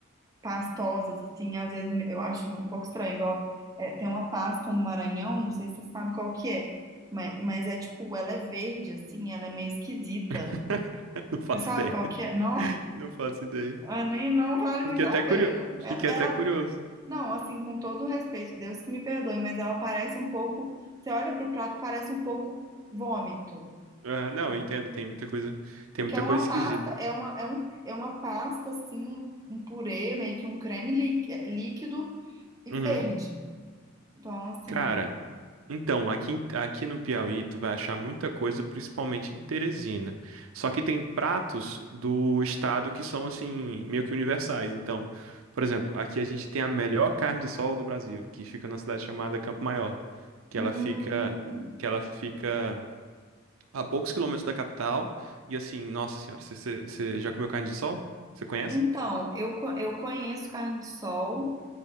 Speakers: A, on the right; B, on the right.
A: pastosas, assim, às vezes eu acho um pouco estranho. Igual é, tem uma pasta no Maranhão, não sei se você sabe qual que é, mas, mas é tipo, ela é verde, assim, ela é meio esquisita.
B: <laughs> Não faço
A: Você sabe
B: ideia.
A: qual que é? Não,
B: <laughs> Não faço ideia.
A: ah, nem não vale
B: Eu
A: muito
B: Fiquei até
A: a pena.
B: curioso.
A: E-
B: Fiquei
A: Ela,
B: até curioso.
A: não, assim, com todo o respeito, Deus que me perdoe, mas ela parece um pouco, você olha pro prato, parece um pouco vômito.
B: Aham,
A: Tipo,
B: Não, eu entendo, tem muita coisa, tem
A: Porque
B: muita
A: é uma
B: coisa esquisita.
A: pasta, é uma, é um, é uma pasta, assim, um purê, meio que um creme lí- líquido e
B: Uhum.
A: verde. Então, assim,
B: Cara, Então, aqui, em- aqui no Piauí, tu vai achar muita coisa, principalmente em Teresina. Só que tem pratos do estado que são, assim, meio que universais. Então, por exemplo, aqui a gente tem a melhor carne de sol do Brasil, que fica numa cidade chamada Campo Maior, que
A: hum,
B: ela fica, que ela fica a poucos quilômetros da capital. E assim, nossa senhora, você já comeu carne de sol? Você conhece?
A: então, eu, co- eu conheço carne de sol.